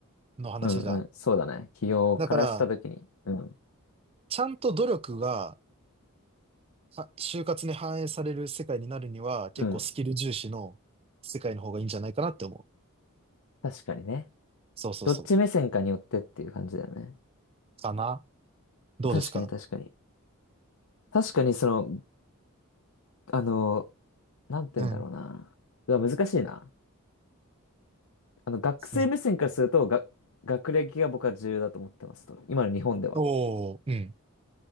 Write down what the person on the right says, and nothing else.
の話じゃん。
だから、
ちゃんと努力がは就活に反映される世界になるには、結構スキル重視の世界の方がいいんじゃないかなって思う。
そうそうそう。
かなどうですか
うん。
お
おー、うん。